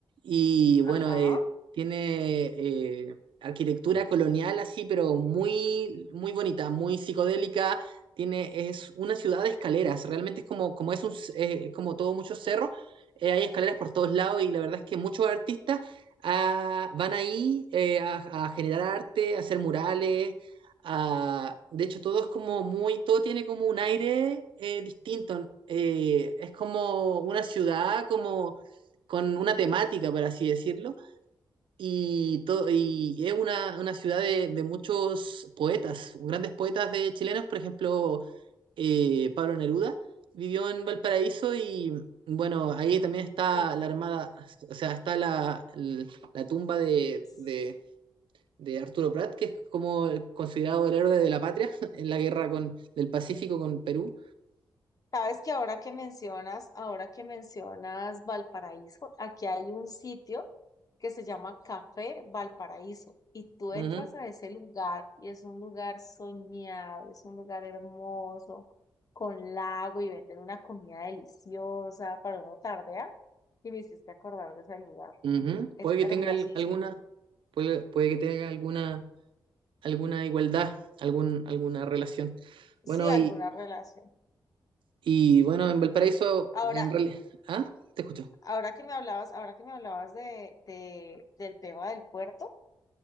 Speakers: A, on the right (about 80°); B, on the left (about 45°).
A: Y bueno,
B: Ajá.
A: eh, tiene eh, arquitectura colonial así, pero muy, muy bonita, muy psicodélica. Tiene, es una ciudad de escaleras, realmente es como, como es un, c- eh, es como todo muchos cerros, eh, hay escaleras por todos lados y la verdad es que muchos artistas ah, van ahí eh, a, a generar arte, a hacer murales Ah, de hecho, todo es como muy, todo tiene como un aire eh, distinto. Eh, es como una ciudad, como con una temática, por así decirlo. Y, to- y es una, una ciudad de, de muchos poetas, grandes poetas de chilenos. Por ejemplo, eh, Pablo Neruda vivió en Valparaíso y bueno, ahí también está
B: Oh,
A: la armada, o sea, está la, la tumba de,
B: s-
A: de de Arturo Prat, que es como considerado el héroe de la patria <laughs> en la guerra con, del Pacífico con Perú.
B: Sabes que ahora que mencionas, ahora que mencionas Valparaíso, aquí hay un sitio que se llama Café Valparaíso y tú
A: Uh
B: entras
A: -huh,
B: a ese lugar y es un lugar soñado, es un lugar hermoso, con lago y venden una comida deliciosa para uno tardear y me hiciste acordar de ese lugar.
A: uh -huh.
B: Es
A: Puede
B: hermosísimo.
A: que tenga al- alguna, puede, puede, que tenga alguna, alguna igualdad, algún, alguna relación.
B: sí,
A: Bueno,
B: alguna
A: y,
B: relación.
A: y bueno, en Valparaíso,
B: Ahora,
A: en realidad. ¿Ah? Te escucho.
B: ahora que me hablabas, ahora que me hablabas de, de- del tema del puerto,